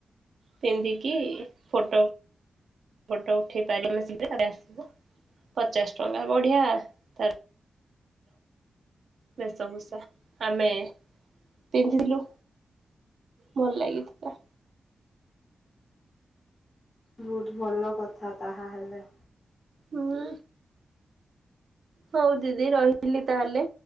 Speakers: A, on the right (about 65°); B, on the left (about 40°).
A: ପିନ୍ଧିକି ଫଟୋ। ଫୋଟୋ ଉଠେଇ ପାରିଲ ଆମେ ଶୀଘ୍ର ଆସିବ ପଚାଶ ଟଙ୍କା ବଢିଆ ତ। ବେଶଭୂଷା ଆମେ ପିନ୍ଧିଥିଲୁ ଭଲ ଲାଗିଥିଲା।
B: ବହୁତ ଭଲ କଥା ତାହା ହେଲେ।
A: ହଁ। ହଉ ଦିଦି ରହିଲି ତାହେଲେ